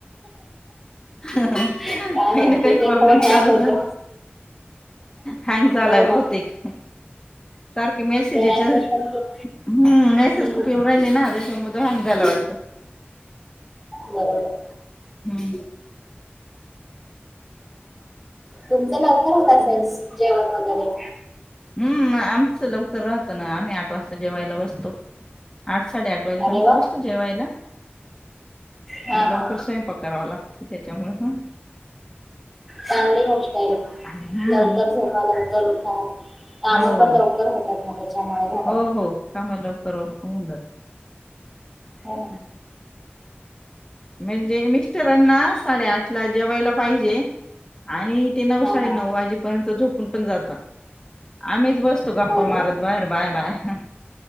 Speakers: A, on the left; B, in the centre.
A: काही
B: काय माहिती
A: ना काही
B: ते
A: प्रॉब्लेम
B: फोन हँग
A: चालू
B: होतो
A: झालें, हँग झालाय
B: हो
A: बहुतेक
B: ना
A: सारखे मेसेजेच
B: ते मेसेज
A: हम्म!
B: पण खूप.
A: मेसेज
B: हम्म
A: खुप येउरायले ना तेच्यामुळ ते हँंग झालं वाटत.
B: बरोबर
A: हम्म!
B: तुमच लवकर होत असेल जेवण वगैरे
A: हम आमचं लवकर राहत, ना आम्ही आठ वाजता जेवायला बसतो, आठ साडे आठ वाजेपर्यंत
B: अरे वा
A: बसतो, जेवायला
B: हा
A: मग लवकर
B: हा
A: स्वयंपाक करावा लागतो. त्याच्यामुळे हा
B: चांगली गोष्ट आहे
A: हम्म
B: लवकर झोपा लवकर हा काम
A: हो
B: पण लवकर होतात, ना त्याच्यामुळे घरात
A: हो हो काम लवकर अवरुण होऊन जात.
B: हो
A: म्हणजे, मिस्टरांना साडेआठ ला जेवायला पाहिजे. आणि ते नऊ
B: हा
A: साडेनऊ
B: हा
A: वाजेपर्यंत झोप तू पण जा आता. आम्हीच बस बसतो, गप्पा
B: हो ना
A: मारत बाहेर बाया बाया. हा.